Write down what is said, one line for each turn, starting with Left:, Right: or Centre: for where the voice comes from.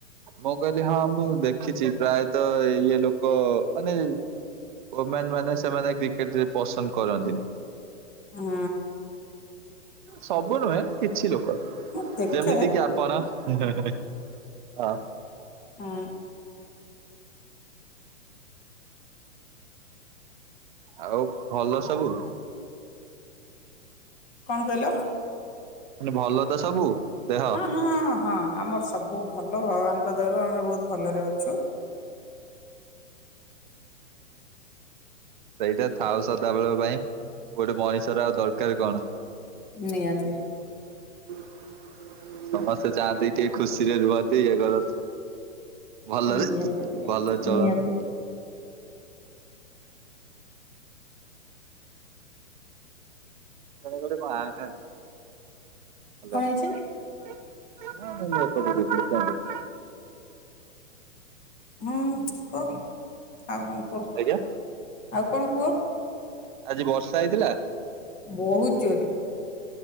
Right: ମୁଁ କହିଲି ହଁ ମୁଁ ଦେଖିଚି, ପ୍ରାୟତଃ ଇଏ ଲୋକ ମାନେ ଓମେନ ମାନେ ସେମାନେ କ୍ରିକେଟ୍ ରେ ପସନ୍ଦ କରନ୍ତିନି।
Left: ହୁଁ।
Right: ସବୁ ନୁହେଁ କିଛି ଲୋକ।
Left: ମୁଁ ଦେଖେ
Right: ଯେମିତି କି ଆ ପଣ। ହଁ।
Left: ହୁଁ।
Right: ଆଉ ଭଲ ସବୁ?
Left: କଣ କହିଲ?
Right: କହିଲି ଭଲ ତ ସବୁ? ଦେହ
Left: ହଁ ହଁ ହଁ। ଆମର ସବୁ ଭଲ, ଭଗବାନଙ୍କ ଦୟାରୁ ଆମେ ବହୁତ ଭଲରେ ଅଛୁ।
Right: ସେଇଟା ଥାଉ ସଦାବେଳ ପାଇଁ। ଗୋଟେ ମଣିଷ ର ଆଉ ଦରକାର କଣ।
Left: ନିହାତି।
Right: <inaudible> ସମସ୍ତେ ଚାହାନ୍ତି ଟିକେ ଖୁସିରେ ରୁହନ୍ତି ଇଏ କରନ୍ତି। ଭଲରେ
Left: ନିହାତି ନିହାତି
Right: ଭଲରେ ଚଳନ୍ତୁ।
Left: ନିହାତି
Right: <unintelligible> ହାଲୋ।
Left: କଣ ହେଇଛି?
Right: <unintelligible>
Left: ହୁଁ କୁହ। ଆଉ କଣ କୁହ?
Right: ଆଜ୍ଞା।
Left: ଆଉ କଣ କୁହ?
Right: ଆଜି ବର୍ଷା ହେଇଥିଲା?
Left: ବହୁତ୍ ଜୋରେ।